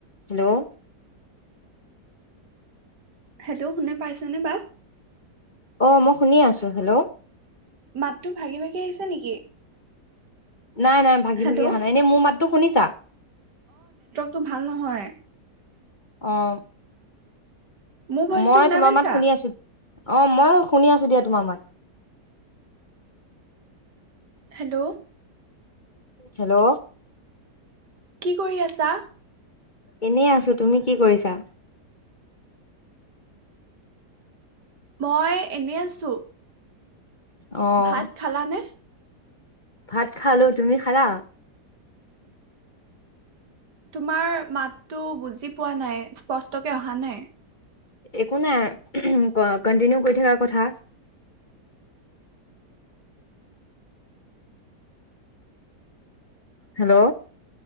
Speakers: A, on the left; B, on the right.
A: হেল্ল'
B: হেল্ল' শোনে পাইছেনে বা?
A: অ' মই শুনি আছো হেল্ল'।
B: মাতটো ভাগি ভাগি আহিছে নেকি?
A: নাই নাই ভাগি
B: হেল্ল'
A: ভাগি অহা নাইনেই মোৰ মাতো শুনিছা?
B: টো ভাল নহয়।
A: অ'।
B: মোৰ ভইচটো
A: মই
B: শুনা
A: তোমাৰ
B: পাইছা
A: মাত শুনি আছোঁ। অ', মই শুনি আছোঁ দিয়া তোমাৰ মাত।
B: হেল্ল'।
A: হেল্ল'।
B: কি কৰি আছা?
A: এনেই আছোঁ। তুমি কি কৰিছা?
B: মই এনে আছোঁ।
A: অ'
B: ভাত খালা নে?
A: ভাত খালোঁ। তুমি খালা?
B: তোমাৰ মাতটো বুজি পোৱা নাই, স্পষ্টকে অহা নাই।
A: একো নাই, কন্টিনিউ কৰি থকা কথা। হেল্ল'।